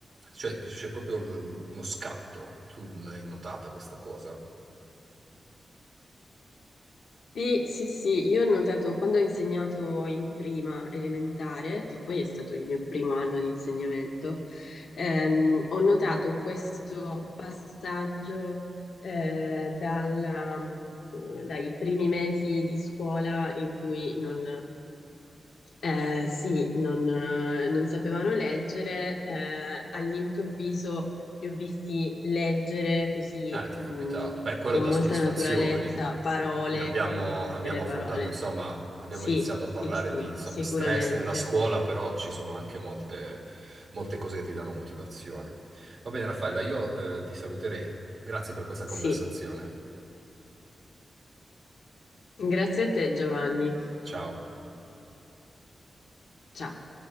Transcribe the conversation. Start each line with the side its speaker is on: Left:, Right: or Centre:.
Right: cioè, c'è proprio l- l- uno scatto. Tu l'hai notata questa cosa?
Left: Sì, sì, sì, io ho notato quando ho insegnato in prima elementare, che poi è stato il mio primo anno di insegnamento, ehm, ho notato questo passaggio eh, dalla- mm, dai primi mesi di scuola in cui non, eh, sì, non, eh, non sapevano leggere, eh, all'improvviso li ho visti leggere così,
Right: Eh, ti
Left: mh,
Right: è capitato. Beh, quello
Left: con
Right: dà
Left: molta
Right: soddisfazioni.
Left: naturalezza, parole,
Right: Quindi abbiamo,
Left: intere
Right: abbiamo affrontato,
Left: parole.
Right: insomma, abbiamo
Left: Sì,
Right: iniziato
Left: sì,
Right: a parlare
Left: sì,
Right: di, insomma,
Left: sicuramente.
Right: stress nella scuola, però ci sono anche molte, molte cose che ti danno motivazione. Va bene, Raffaella, io, eh, ti saluterei. Grazie per questa conversazione.
Left: Sì. Grazie a te, Giovanni.
Right: Ciao.
Left: Ciao.